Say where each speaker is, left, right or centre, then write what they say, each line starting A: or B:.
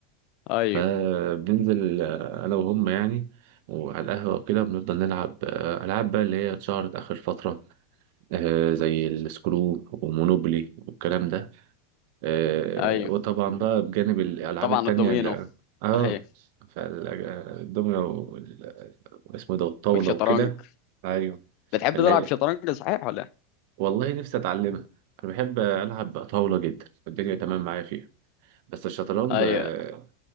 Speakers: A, on the left (about 55°); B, on the right (about 60°).
A: ايوه
B: فبننزل آه، انا وهم يعني وعلى القهوه وكده بنفضل نلعب آه، العاب بقى اللي هي اتشهرت اخر فتره آه، زي السكرو ومونوبولي والكلام ده آه،
A: ايوه
B: وطبعا بقى بجانب الألعاب
A: وطبعا
B: التانية
A: الدومينو
B: اللي اه
A: اهي
B: فالدومينو وال- واسمه ده والطاولة
A: والشطرنج
B: وكده ايوه
A: بتحب
B: اللي
A: تلعب
B: هي
A: شطرنج صحيح ولا إيه؟
B: والله نفسي اتعلمها انا بحب العب طاولة جدا والدنيا تمام معايا فيها بس الشطرنج
A: ايوه
B: آه،